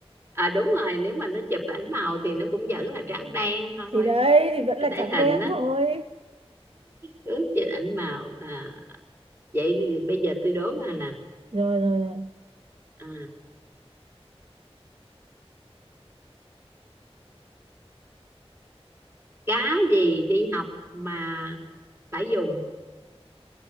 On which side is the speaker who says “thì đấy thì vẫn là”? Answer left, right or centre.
Right